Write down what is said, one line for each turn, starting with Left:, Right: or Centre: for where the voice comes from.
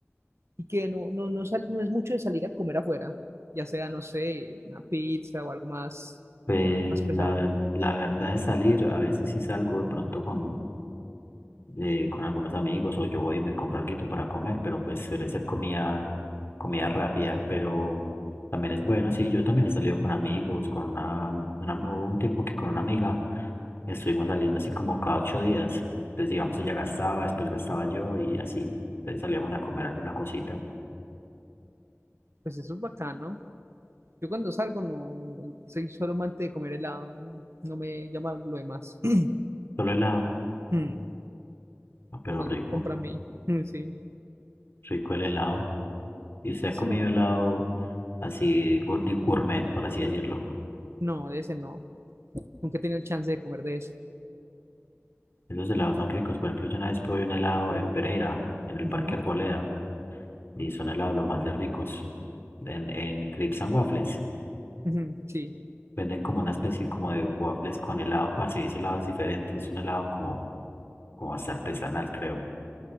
Right: Y que no, no, no, sal- no es mucho de salir a comer afuera, ya sea, no sé, una pizza o algo más,
Left: Pues
Right: más pesado.
Left: la, ver- la verdad es salir, a veces sí salgo de pronto con, eh, con algunos amigos o yo voy y me compro algo para comer, pero pues suele ser comida, comida rápida, pero también es bueno, sí, yo también he salido con amigos, con una, una- hubo un tiempo que con una amiga estuvimos saliendo así como cada ocho días, entonces digamos ella gastaba, después gastaba yo y así, entonces salíamos a comer alguna cosita,
Right: Pues eso es bacano. Yo cuando salgo no soy solo amante de comer helado, no, no me llama lo demás. <clears throat>
Left: solo helado,
Right: Mm,
Left: ah, pero
Right: Lo demás
Left: rico,
Right: me compra a mí. Mm, Sí.
Left: rico el helado, y usted
Right: Ese
Left: ha comido
Right: no,
Left: helado así, gour- de gourmet, por así decirlo.
Right: no, de ese no. Nunca he tenido chance de comer de ese.
Left: Esos helados son ricos. Por ejemplo, yo una vez probé un helado en Pereira, en el
Right: Ujú,
Left: Parque Arboleda, y son helados los más de ricos. En, en Crepes and Waffles.
Right: ujú, sí.
Left: Venden como una especie como de waffles con helado, parce, y ese helado es diferente. Es un helado como, como hasta artesanal, creo.